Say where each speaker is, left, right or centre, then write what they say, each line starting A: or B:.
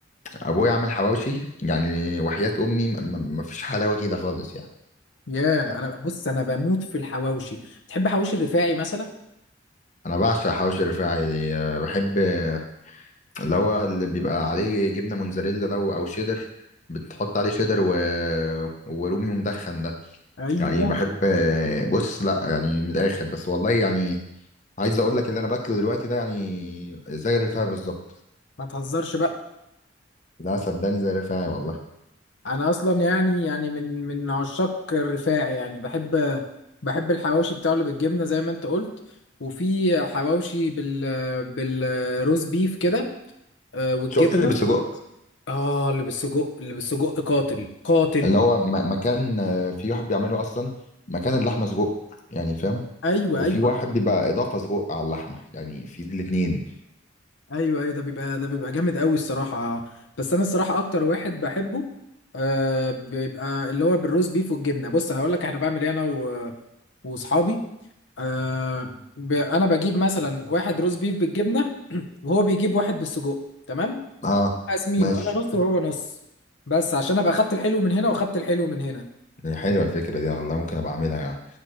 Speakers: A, on the left (about 40°); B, on the left (about 75°).
A: ابويا عامل حواوشي يعني وحياة امي م- م- مفيش حلاوه كده خالص يعني
B: ياه انا بص انا بموت في الحواوشي تحب حواوشي الرفاعي مثلا
A: انا بعشق حواوشي الرفاعي آه، بحب آه، اللي هو اللي بيبقى عليه جبنه موتزاريلا ده او شيدر بتحط عليه شيدر و... ورومي مدخن ده
B: ايوه
A: يعني بحب آه، بص لا يعني من الاخر بس والله يعني عايز اقول لك اللي انا باكله دلوقتي ده يعني زي الرفاعي بالظبط
B: ما تهزرش بقى
A: لا صدقني زي الرفاعي والله
B: انا اصلا يعني يعني من من عشاق الرفاع يعني بحب بحب الحواوشي بتاعه اللي بالجبنه زي ما انت قلت وفي حواوشي بال بالروز بيف كده آه، والجبنه
A: شفت اللي بالسجق
B: اه اللي بالسجق اللي بالسجق قاتل قاتل
A: اللي هو م- مكان آه، في واحد بيعمله اصلا مكان اللحمه سجق يعني فاهم
B: ايوه
A: وفي
B: ايوه
A: واحد بيبقى اضافه سجق على اللحمه يعني في الاثنين
B: ايوه ايوه ده بيبقى ده بيبقى جامد قوي الصراحه بس انا الصراحه اكتر واحد بحبه آه، بيبقى اللي هو بالروز بيف والجبنه بص هقول لك انا بعمل ايه انا و- واصحابي آه ب... انا بجيب مثلا واحد روز بيف بالجبنه <clears throat> وهو بيجيب واحد بالسجق تمام
A: اه
B: قاسمين
A: ماشي
B: وانا نص وهو نص بس عشان ابقى اخدت الحلو من هنا واخدت الحلو من هنا
A: حلوه الفكره دي والله ممكن ابقى اعملها يعني